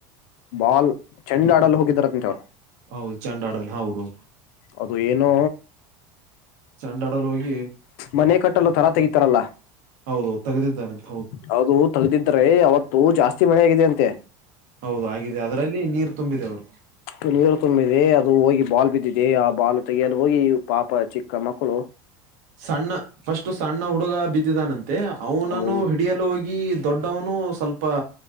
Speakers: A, on the left; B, on the right.
A: ಬಾಲ್ ಚೆಂಡ ಆಡಲು ಹೋಗಿದಾರ ಅಂತೆವ್ರು
B: ಹೌದು ಚಂಡಾಡಲ್ಲಿ ಹೌದುೌದು
A: ಅದು ಏನೋ
B: ಚಂಡಾಡಲ್ ಹೋಗಿ
A: ಮನೆ ಕಟ್ಟಲು ತರಾ ತೆಗಿತಾರಲ್ಲ
B: ಹೌದು ತೆಗೆದಿದ್ದಾರಂತ
A: ಹೌದು ತಗದಿದ್ರೆ ಅವತ್ತು ಜಾಸ್ತಿ ಮಳೆೆಯಗಿದೆ ಅಂತೆ
B: ಹೌದು ಆಿದೆ ಅದರಲ್ಲಿ ನೀರ್ ತುಂಬಿದೆ ಅವ್ರು
A: ಇ ನೀರು ತುಂಬಿದೆ ಅದು ಹೋಗಿ ಬಾಲ್ ಬಿದ್ದಿದೆ ಆ ಬಾಲು ತೆೆಗೆಯಲು ಹೋಗಿ ಪಾಪ ಚಿಕ್ಕ ಮಕ್ಕಳು
B: ಸಣ್ಣ ಫಸ್ಟ್ ಸಣ್ಣ ಹುಡುಗ ಬಿದ್ದಿದಾನಂತೆ ಅವನನ್ನು
A: ಹೌದು
B: ಹಿಡಿಯಲು ಹೋಗಿ ದೊಡ್ಡವನು ಸ್ವಲ್ಪ